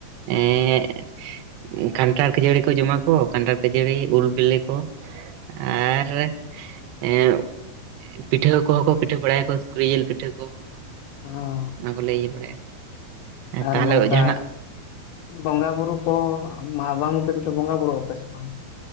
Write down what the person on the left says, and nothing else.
ᱚᱸ
ᱟᱨ
ᱱᱚᱝᱠᱟ
ᱵᱚᱸᱜᱟ ᱵᱩᱨᱩ ᱠᱚ ᱢᱟ ᱵᱟ <unintelligible> ᱫᱚ ᱵᱚᱸᱜᱟ ᱵᱩᱨᱩᱜ ᱟᱯᱮ ᱥᱮ ᱵᱟᱝ